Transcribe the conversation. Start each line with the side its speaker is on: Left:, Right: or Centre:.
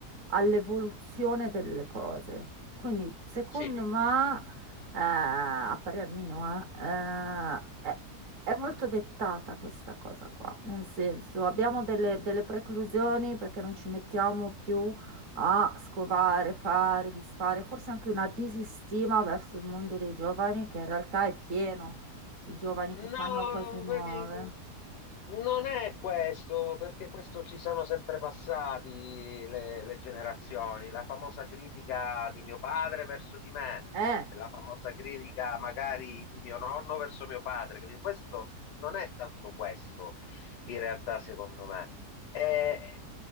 Right: all'evoluzione delle cose. Quindi, secondo
Left: Sì,
Right: me, eh, a parer mio, eh, eh, è, è molto dettata questa cosa qua, nel senso abbiamo delle, delle preclusioni perché non ci mettiamo più a scovare, fare, disfare, forse anche una disistima verso il mondo dei giovani che in realtà è pieno di giovani
Left: No,
Right: che fanno cose nuove.
Left: vedi, no. Non è questo, perché questo ci sono sempre passati le, le generazioni. La famosa critica di mio padre verso di me,
Right: Eh,
Left: la famosa critica magari di mio nonno verso mio padre, capito? Questo non è tanto questo, in realtà, secondo me. Eh,